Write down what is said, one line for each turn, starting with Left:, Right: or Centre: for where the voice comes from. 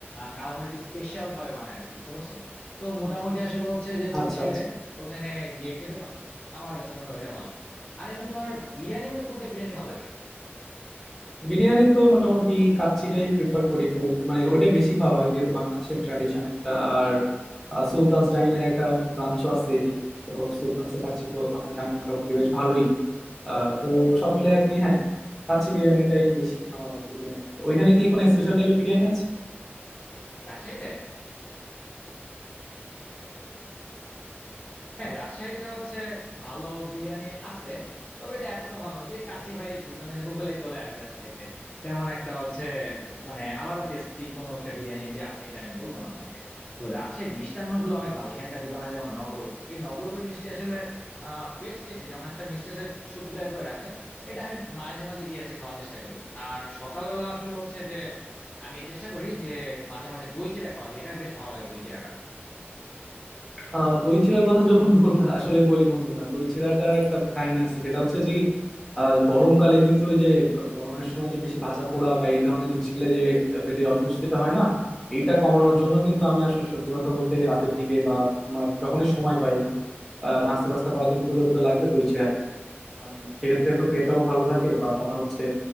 Left: কালামানির স্পেশাল ভাবে বানায় আর কি বুঝতে পারছো তো মোটামুটি আসলে হচ্ছে যে তুমি
Centre: আচ্ছা
Left: চাইলে
Centre: আচ্ছা
Left: ওখানে গিয়ে খেতে পারো আমার কাছে মনে হয় ওইটা ভালো আর এমনি তোমার বিরিয়ানির মধ্যে কোনটা বিরিয়ানি ভালো লাগে
Centre: বিরিয়ানি তো মোটামুটি কাচ্চিটাই প্রেফার করি খুব। মানে ওটা বেশি খাওয়া হয় যেহেতু বাংলাদেশের ট্র্যাডিশন একটা আর আহ, সুলতান'স ডাইন এর একটা ব্রাঞ্চও আছে এদিকে তো সুলতান'স এর কাচ্চি তো আমরা জানি মোটামুটি বেশ ভালোই আহ, তো সব মিলে আর কি হ্যাঁ কাচ্চি বিরিয়ানিটাই বেশি খাওয়া হয় আর কি বিরিয়ানি তো ওইখানে কি কোনো স্পেশাল টাইপের বিরিয়ানি আছে
Left: রাজশাহীতে হ্যাঁ রাজশাহীতে হচ্ছে ভালো বিরিয়ানি আছে তবে এটা এতটা ভালো না ওই যে কাচ্চি ভাই সুলতানি যে ওগুলাই চলে আর কি রাজশাহীতে তেমন একটা হচ্ছে মানে আলাদা টেস্টি কোনো একটা বিরিয়ানি যে আছে এটা আমি বলবো না তোমাকে তো রাজশাহীর মিষ্টান্ন গুলো অনেক ভালো এখানে একটা দোকান আছে যেমন নবরূপ এই নবরূপের মিষ্টি আসলে আহ বেস্ট টেস্টি যেমন একটা মিষ্টি আছে সত্তর টাকা করে রাখে এটা আমি মাঝে মাঝে গিয়ে হচ্ছে খাওয়ার চেষ্টা করি আর সকালবেলা আসলে হচ্ছে যে আমি চেষ্টা করি যে মাঝে মাঝে দই চিড়া খাওয়া যায় এটা বেশ ভালো লাগে দই চিড়া
Centre: আহ দই চিড়ার কথা যখন বললা আসলে বলি বন্ধু না দই চিড়াটার একটা কাহিনী আছে সেটা হচ্ছে যে কি, আহ, গরমকালে কিন্তু ওই যে আহ, গরমের সময় যে বেশি ভাজা পোড়া বা এই ধরনের জিনিস খেলে যে আহ, পেটে অস্বস্তিটা হয় না এইটা কমানোর জন্য কিন্তু আমি আসলে সত্যি কথা বলতে রাতের দিকে বা তোমার যখনই সময় পাই একটু আহ, নাস্তা টাস্তা করার জন্য ক্ষুধা টুধা লাগলে দই চিড়া খাই আহ, সেক্ষেত্রে একটু পেটটাও ভালো থাকে বা তোমার হচ্ছে